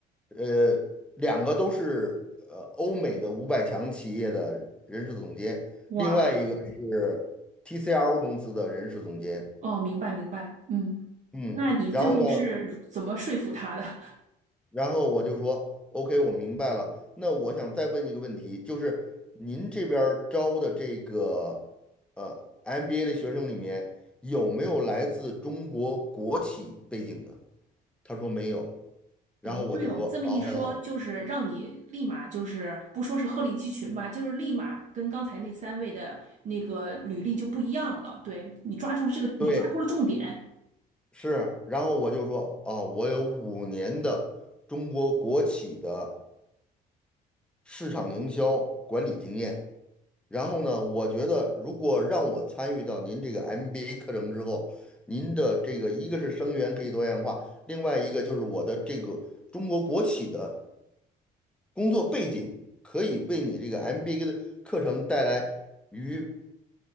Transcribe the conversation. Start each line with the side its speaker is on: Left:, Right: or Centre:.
Centre: 呃，两个都是呃欧美的五百强企业的人事总监，
Right: 哇，
Centre: 另外一个是 TCL 公司的人事总监，
Right: 哦，明白明白，嗯，
Centre: 嗯，
Right: 那你最后是怎么说服他的？
Centre: 然后呢？然后我就说，OK，我明白了。那我想再问一个问题，就是您这边儿招的这个呃 MBA 的学生里面，有没有来自中国国企背景的？他说没有。然后我就说，
Right: 哎，对哦，你这么一说，
Centre: 哦，
Right: 就是让你立马就是不说是鹤立鸡群吧，就是立马跟刚才那三位的那个履历就不一样了。对，你抓住了这个，
Centre: 对，
Right: 你抓住了重点。
Centre: 是。然后我就说，哦，我有五年的中国国企的。市场营销管理经验。然后呢，我觉得如果让我参与到您这个 MBA 课程之后，您的这个一个是生源可以多样化，另外一个就是我的这个中国国企的工作背景可以为你这个 MBA 的课程带来与